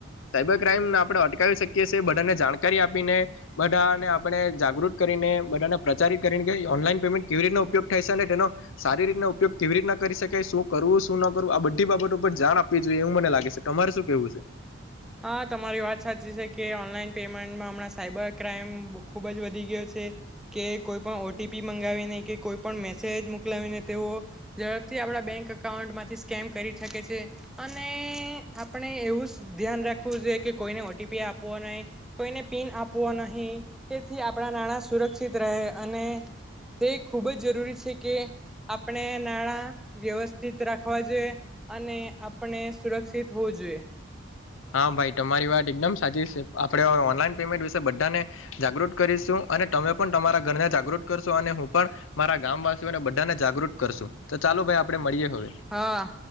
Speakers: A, on the left (about 75°); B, in the centre.
A: સાયબર ક્રાઈમને આપણે અટકાવી શકીએીએ બધાને જાણકારી આપીને. બધાને આપણે જાગૃત કરીને બધાને પ્રચારિત કરીને કે ઓનલાઈન પેમેન્ટ કેવી રીતના ઉપયોગ થાય છે અને તેનો, સારી રીત ઉપયોગ કેવી રીતના કરી શકાય શું કરવું શું ના કરવું આ બધી બાબતો ઉપ જાણ આપવી જોઈએ એવું મને લાગે છે તમારે શું કેવું છે?
B: હા તમારી વાત સાચી છે કે ઓનલાઈન પેમેન્ટમાં હમણાં સાયબર ક્રાઈમ ખુબ જ વધી ગયો છે, કે કોઈ પણ ઓ ટી પી મંગાવીને કે કોઈ પણ મેસેજ મોકલાવીને તેઓ, ઝડપથી આપણા બેંક અકાઉન્ટમાંથી સ્કેમ કરી શકે છે, અને આપણે એવું ધ્યાન રાખવું જોઈએ કે કોઈને ઓ ટી પી આપવો નહીં કોઈને પિન આપવો નહીં, તેથી આપણાં નાણાં સુરક્ષિત રહે, અને તે ખૂબ જ જરૂરી છે કે આપણે નાણાં વ્યવસ્થિત રાખવા જોઈએ, અને આપણે સુરક્ષિત હોવું જોઈએ.
A: હા ભાઈ તમારી વાત એકદમ સાચી છે આપડે ઓનલાઈન પેમેન્ટ વિશે બધાને, જાગૃત કરીશું અને તમે પણ તમારા ઘરને જાગૃત કરશો અને હું પણ, મારા ગામવાસીઓને બધાને જાગૃત કરશું, તો ચાલો ભાઈ આપડે મળીએ. હવે
B: હા.